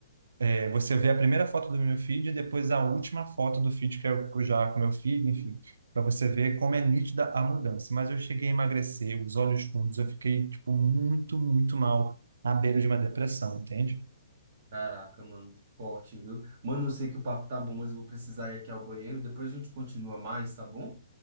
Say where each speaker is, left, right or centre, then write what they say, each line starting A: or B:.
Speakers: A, on the right; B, on the right.
A: É, você vê a primeira foto do meu feed e depois a última foto do feed que eu já com meu filho, enfim, para você ver como é nítida a mudança. Mas eu cheguei a emagrecer, os olhos fundos, eu fiquei tipo muito, muito mal, à beira de uma depressão, entende?
B: Caraca, mano, forte, viu? Mano, eu sei que o papo tá bom, mas eu vou precisar ir aqui ao banheiro, depois a gente continua mais, tá bom?